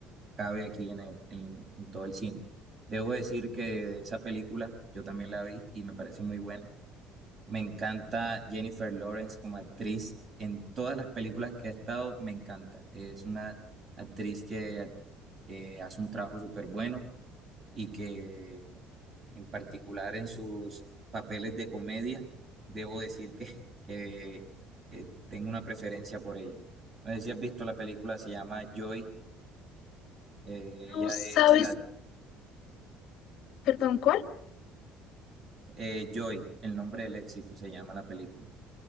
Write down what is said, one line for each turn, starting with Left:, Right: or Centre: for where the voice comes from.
Right: cabe aquí en el, en, en todo el cine. Debo decir que de esa película yo también la vi y me pareció muy buena. Me encanta Jennifer Lawrence como actriz. En todas las películas que ha estado, me encanta. Es una actriz que, que hace un trabajo súper bueno y que en particular en sus papeles de comedia, debo decir que, <laughs> que eh, tengo una preferencia por ella. No sé si has visto la película, se llama Joy. Eh, ella
Left: ¿No sabes,
Right: es la
Left: perdón, cuál?
Right: Eh, Joy, el nombre del éxito, se llama la película.